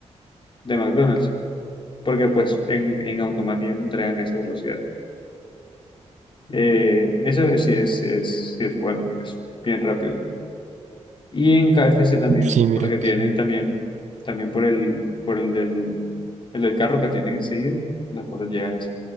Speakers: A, on the left (about 45°); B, on the right (about 80°).
A: de McDonald's, porque pues en, en automac ellos entregan a esa velocidad. Eh, eso es- sí es, sí es, sí es bueno, es bien rápido. Y en KFC también,
B: Sí, mira
A: porque tienen
B: que.
A: también, también por el, por el del, el del carro que tienen enseguida, las cosas llegan así,